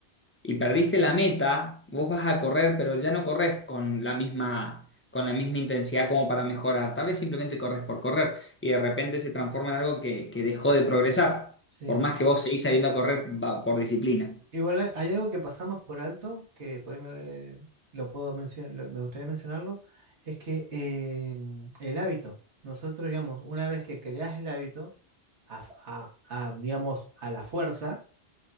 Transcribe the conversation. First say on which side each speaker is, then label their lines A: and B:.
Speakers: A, on the left; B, on the right.
A: y perdiste la meta, vos vas a correr, pero ya no corres con la misma, con la misma intensidad como para mejorar. Tal vez simplemente corres por correr y de repente se transforma en algo que, que dejó de progresar,
B: Sí,
A: por más que vos seguís saliendo a correr va- por disciplina.
B: Igual hay, hay algo que pasamos por alto, que por ahí me, lo puedo mencionar, lo- me gustaría mencionarlo, es que eh, el hábito, nosotros digamos, una vez que creas el hábito, a, a- a, digamos, a la fuerza,